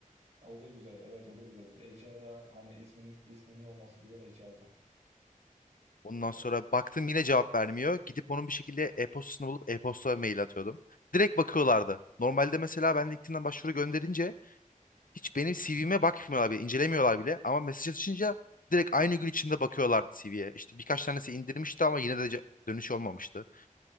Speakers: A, on the right; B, on the left.
A: Ha, o da güzel. Evet o da güzel. HR'a hani ismin isminin olması güzel HR'da.
B: Ondan
A: E,
B: sonra baktım yine cevap vermiyor. Gidip onun bir şekilde e-postasını bulup e-posta mail atıyordum. Direkt bakıyorlardı. Normalde mesela ben LinkedIn'den başvuru gönderince hiç benim CV'me bakmıyorlar bile, incelemiyorlar bile. Ama mesaj atışınca direkt aynı gün içinde bakıyorlardı CV'ye. İşte birkaç tanesi indirmişti ama yine de ce- dönüş olmamıştı.